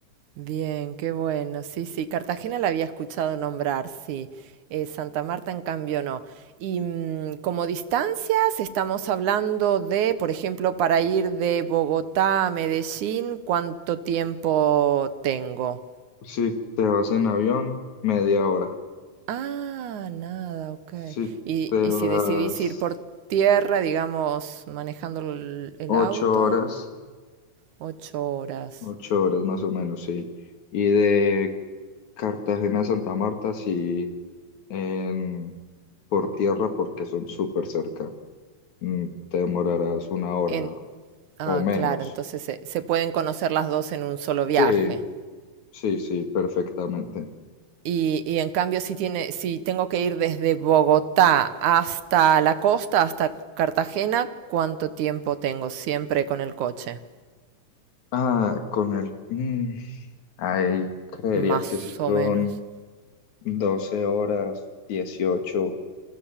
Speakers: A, on the right (about 80°); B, on the left (about 75°).
A: Bien, qué bueno. Sí, sí. Cartagena la había escuchado nombrar, sí. Eh, Santa Marta, en cambio, no. Y mm, como distancias, estamos hablando de, por ejemplo, para ir de Bogotá a Medellín, ¿cuánto tiempo tengo?
B: Si te vas en avión, media hora.
A: Ah, nada, ok.
B: Si
A: Y,
B: te
A: y
B: vas
A: si decidís ir por tierra, digamos, manejando el, el
B: ocho
A: auto,
B: horas.
A: ocho horas.
B: Ocho horas más o menos, sí. Y de Cartagena a Santa Marta, sí, en, por tierra, porque son súper cerca. Mm, Te demorarás una hora
A: En, ah,
B: o menos.
A: claro, entonces se, se pueden conocer las dos en un solo viaje.
B: Sí, sí, sí, perfectamente.
A: Y, y en cambio, si tiene, si tengo que ir desde Bogotá hasta la costa, hasta Cartagena, ¿cuánto tiempo tengo siempre con el coche?
B: Ah, con el... mm, ahí creería
A: Más
B: que sí
A: o
B: son
A: menos.
B: 12 horas, 18